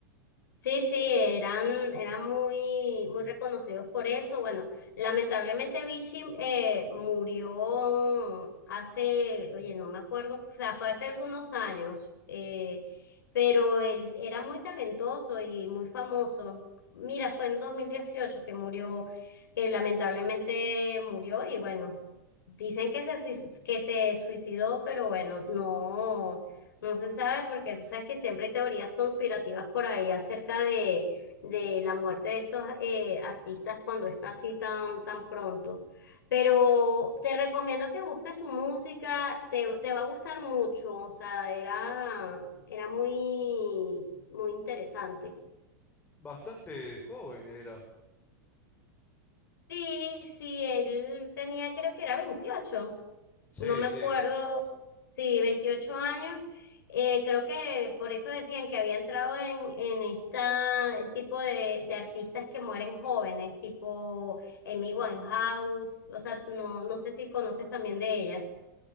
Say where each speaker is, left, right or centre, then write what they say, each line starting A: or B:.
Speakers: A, on the left (about 85°); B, on the left (about 15°).
A: Sí, sí, eran, eran muy, muy reconocidos por eso. Bueno, lamentablemente Avicii eh, murió hace, oye, no me acuerdo, o sea, fue hace algunos años, eh, pero él era muy talentoso y muy famoso. Mira, fue en 2018 que murió, que lamentablemente murió y bueno, dicen que se, sui- que se suicidó, pero bueno, no. No se sabe porque tú sabes que siempre hay teorías conspirativas por ahí acerca de, de la muerte de estos eh, artistas cuando está así tan, tan pronto. Pero te recomiendo que busques su música, te, te va a gustar mucho, o sea, era, era muy, muy interesante.
B: Bastante joven era.
A: Sí, sí, él tenía, creo que era 28,
B: Sí,
A: no me
B: sí.
A: acuerdo, sí, 28 años. Eh, creo que por eso decían que había entrado en, en este tipo de, de artistas que mueren jóvenes, tipo Amy Winehouse, o sea, no, no sé si conoces también de ella.